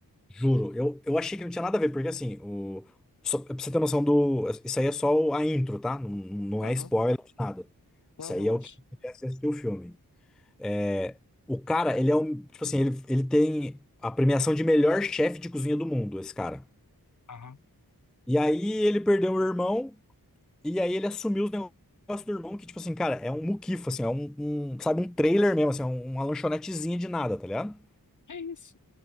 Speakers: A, in the centre; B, on the left (about 50°).
A: Juro, eu, eu achei que não tinha nada a ver, porque assim, o, só, pra você ter noção do. Isso aí é só o- a intro, tá? Não, não
B: Aham,
A: é spoiler de nada.
B: Não,
A: Isso
B: relaxa.
A: aí é o que você assistir o filme. É, O cara, ele é um. Tipo assim, ele, ele tem a premiação de melhor chefe de cozinha do mundo, esse cara.
B: Aham.
A: E aí ele perdeu o irmão, e aí ele assumiu os negócios do irmão, que, tipo assim, cara, é um muquifo, assim, é um, um, sabe, um trailer mesmo, assim, é um- uma lanchonetezinha de nada, tá ligado?
B: É isso.